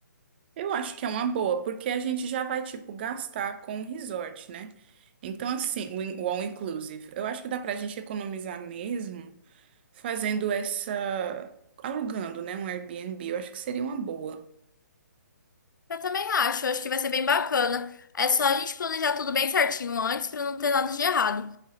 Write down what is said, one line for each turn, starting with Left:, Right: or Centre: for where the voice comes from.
Right: Eu acho que é uma boa, porque a gente já vai, tipo, gastar com o resort, né? Então, assim, o, in- o all inclusive. Eu acho que dá pra gente economizar mesmo fazendo essa. alugando, né? Um Airbnb. Eu acho que seria uma boa,
Left: Eu também acho, acho que vai ser bem bacana. É só a gente planejar tudo bem certinho antes pra não ter nada de errado.